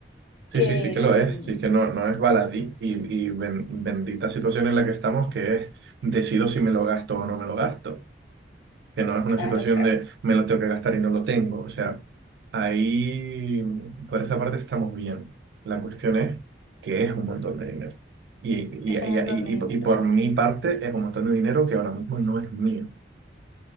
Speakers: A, on the right (about 60°); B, on the left (about 80°).
A: Sí,
B: que,
A: sí, sí que lo
B: mm,
A: es, sí que no, no es baladí y, y ben- bendita situación en la que estamos que es decido si me lo gasto o no me lo gasto, que no es una
B: Claro,
A: situación
B: claro.
A: de me lo tengo que gastar y no lo tengo, o sea, ahí por esa parte estamos bien, la cuestión es que es un montón de dinero y,
B: Es
A: y, y,
B: un montón
A: y-
B: de dinero.
A: y- y por mi parte es un montón de dinero que ahora mismo no es mío.